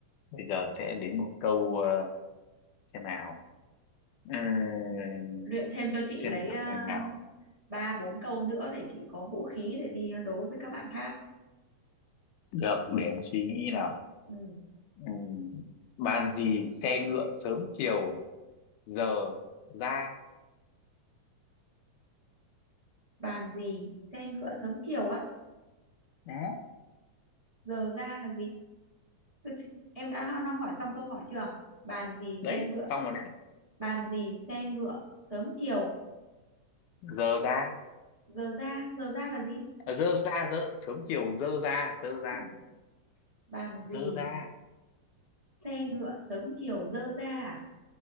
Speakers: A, on the left; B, on the right.
A: bây giờ sẽ đến một câu à, xem nào Ừm,
B: luyện thêm cho chị
A: xem
B: lấy
A: nào
B: à,
A: xem nào
B: ba bốn câu nữa để chị có vũ khí để đi đấu với các bạn khác
A: được để em suy nghĩ nào
B: ừ.
A: Ừm, bàn gì xe ngựa sớm chiều giờ ra
B: bàn gì xe ngựa sớm chiều á
A: đấy
B: giờ ra là gì Ừ, thì em đã nó hỏi xong câu hỏi chưa bàn gì
A: đấy
B: xe ngựa
A: xong rồi đấy
B: bàn gì xe ngựa sớm chiều
A: giờ ra
B: giờ ra giờ ra là gì
A: À, dơ ra dơ sớm chiều dơ ra dơ ra
B: ừ. bàn gì
A: dơ ra
B: xe ngựa sớm chiều giờ ra à?